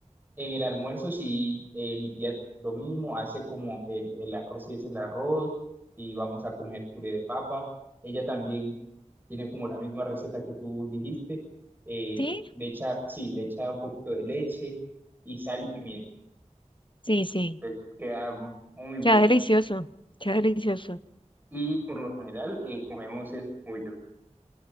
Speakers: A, on the right; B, on the left.
A: En el almuerzo sí, eh, mi tía lo mismo, hace como el, el arroz y es el arroz y vamos a comer puré de papa. Ella también tiene como la misma receta que tú dijiste. eh,
B: ¿Sí?
A: le echa, sí, le echa un poquito de leche y sal y pimienta.
B: Sí, sí.
A: Entonces queda muy bueno.
B: Queda delicioso, queda delicioso.
A: Y por lo general eh, comemos es pollo.